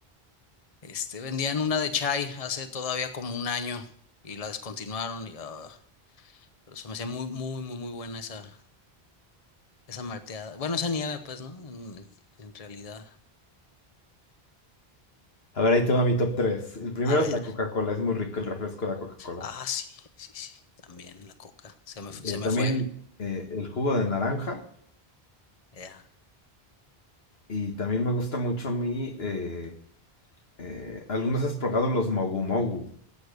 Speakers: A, on the left (about 40°); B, on the left (about 75°).
A: Este, vendían una de chai hace todavía como un año y la descontinuaron y ah, pero se me hacía muy, muy, muy, muy buena esa, esa malteada. Bueno, esa nieve, pues, ¿no? En, en realidad.
B: A ver, ahí te va mi top 3. El primero
A: A ver,
B: es la Coca-Cola, es muy rico el refresco de la Coca-Cola.
A: ah, sí, sí, sí, también la coca, se me, fu-
B: Eh,
A: se
B: también
A: me fue.
B: eh, el jugo de naranja.
A: ya,
B: Y también me gusta mucho a mí. Eh, eh, ¿alguna has probado los mogu mogu?